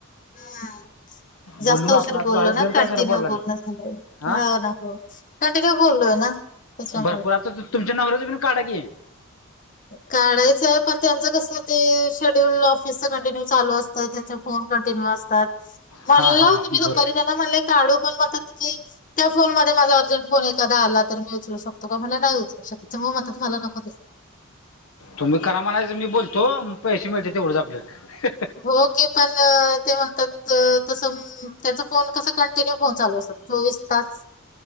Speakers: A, on the left; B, on the left.
A: ह जास्त
B: बोललो ना आपण
A: उशीर
B: आता
A: बोललो
B: झालं
A: ना,
B: दीड
A: कंटिन्यू
B: तास झालं बोलला
A: बोलणं झालंय,
B: हा
A: हो ना हो कंटिन्यू बोललोय ना. त्याच्यामुळे
B: भरपूर आता तुमच्या नवऱ्याच बी काड की.
A: काढायचं आहे, पण त्यांचं कस ते शेड्यूल ऑफिसचा कंटिन्यूऽ चालू असतात, त्यांचे फोन कंटिन्यु आसतात. मनलं
B: हा हा
A: होतं
B: हा
A: मी
B: बरोबर
A: दुपारी ऽ म काढू पण मतात कीऽ त्या फोन मध्ये माझा अर्जंट फोन एखादा आला तर मी उचलू शकतो का, म्हनला नाही उचलऽ म मत त म्हाला नको देस
B: तुम्ही करा म्हनायच मी बोलतो पैसे मिळते तेवढं आपलं
A: हो के पण ते म्हणतात तसं त्यांचा फोन कसा कंटिन्यू फोन चोवीस तास